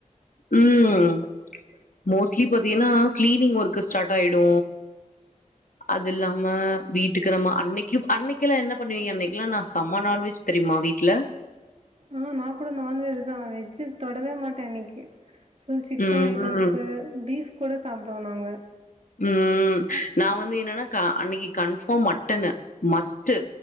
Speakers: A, on the left; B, on the right.
A: ம் மோஸ்ட்லி பாத்தீங்கன்னா கிளீனிங் ஒர்க்கு ஸ்டார்ட் ஆயிடு அது இல்லாம வீட்டுக்கு நம்ம அன்னைக்கும் அன்னைக்கெல்லா என்ன பண்ணுவீங்க அன்னைக்கெலா நா செம நான்வெஜ் தெரியுமா வீட்ல
B: ம் நா கூட நான்வெஜ் தா வெஜ் தொடவே மாட்டே அன்னைக்கு ஃபுல் சிக்கன்
A: ம்
B: ஐட்டம்ஸ் பீஃப் கூட சாப்புடுவோ நாங்க
A: ம் நா வந்து என்னன்னா அன்னைக்கு கன்பாஃம் மட்டன்னு must